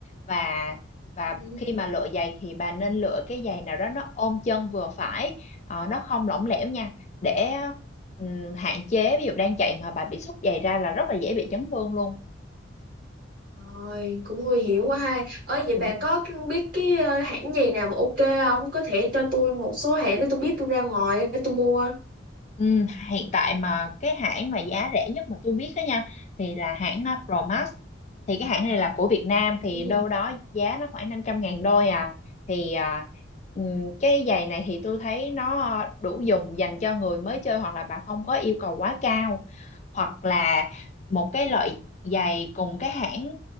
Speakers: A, on the left; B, on the right.
A: và và
B: Ừ.
A: khi mà lựa giày thì bà nên lựa cái giày nào đó nó ôm chân vừa phải ờ, nó không lỏng lẻo nha để ừm, hạn chế ví dụ đang chạy mà bà bị xúc giày ra là rất là dễ bị chấn thương luôn
B: Rồi, cũng nguy hiểm quá ha. Ơi vậy
A: ừ
B: bà có cái- biết cái ờ, hãng gì nào mà ok không? Có thể cho tôi một số hãng để tôi biết tôi ra ngoài để tôi mua.
A: Ừ, hiện tại mà cái hãng mà giá rẻ nhất mà tôi biết đó nha thì là hãng à, Promax thì cái hãng này là của Việt Nam
B: Ừ.
A: thì đâu đó giá nó khoảng 500 ngàn đôi à thì à, ừm, cái giày này thì tôi thấy nó à, đủ dùng dành cho người mới chơi hoặc là bạn không có yêu cầu quá cao hoặc là một cái loại giày cùng cái hãng